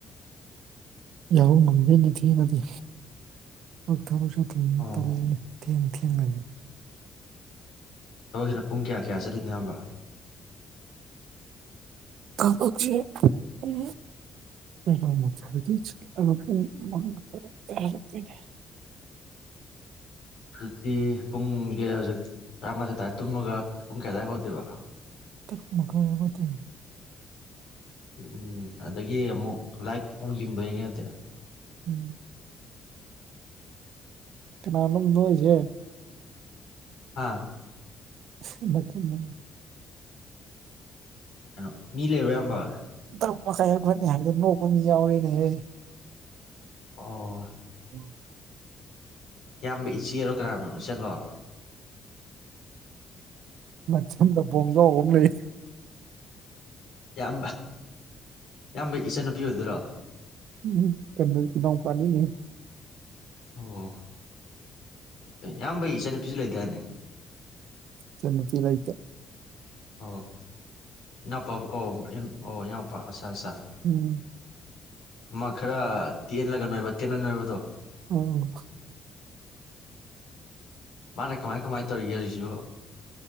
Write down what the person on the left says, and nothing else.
ꯑꯣ
ꯊꯗꯛꯁꯤꯅ ꯄꯨꯡ ꯀꯌꯥ ꯀꯌꯥ ꯆꯠꯂꯤ ꯃꯌꯥꯝꯕ
ꯑꯗꯨꯗꯤ ꯄꯨꯡꯁꯦ ꯍꯧꯖꯤꯛ ꯇꯔꯥꯃꯊꯣꯏ ꯇꯥꯔ ꯇꯨꯃꯂꯒ ꯨꯄꯨꯡ ꯀꯌꯥꯗꯥꯏ ꯍꯧꯒꯠꯇꯣꯏꯕ
ꯎꯝ ꯑꯗꯒꯤ ꯑꯃꯨꯛ ꯂꯥꯏꯛ ꯑꯃꯨꯛ ꯌꯦꯡꯗꯣꯏꯅꯦ ꯑꯗꯨꯗꯤ
ꯍꯥꯥ
ꯀꯩꯅꯣ ꯃꯤ ꯂꯩꯕ꯭ꯔ ꯌꯥꯝꯌꯥꯝꯕ
ꯑꯣ
ꯏꯌꯥꯝꯕ ꯏꯆꯦꯔꯣ ꯀꯅꯥꯅꯣ ꯏꯆꯟꯂꯣ
ꯏꯌꯥꯝꯕ ꯏꯌꯥꯝꯕ ꯏꯆꯟꯅꯨꯄꯤ ꯑꯣꯏꯗꯣꯏꯔꯣ
ꯑꯣ ꯌꯥꯝꯕꯩ ꯏꯆꯟꯅꯨꯄꯤꯁꯨ ꯂꯩꯗꯥꯏꯅꯦ
ꯑꯣ ꯏꯅꯥꯎꯄꯥ ꯑꯣ ꯑꯣ ꯏꯅꯥꯎꯄꯥ ꯑꯁ ꯑꯆꯥ
ꯃꯥ ꯈꯔ ꯇꯦꯜꯂꯒ ꯇꯦꯟꯅꯣꯏ ꯅꯣꯏꯕꯗꯣ
ꯃꯥꯅ ꯀꯃꯥꯏ ꯀꯃꯥꯏ ꯇꯧꯔꯤꯒꯦ ꯍꯧꯖꯤꯛꯁꯤꯕꯨ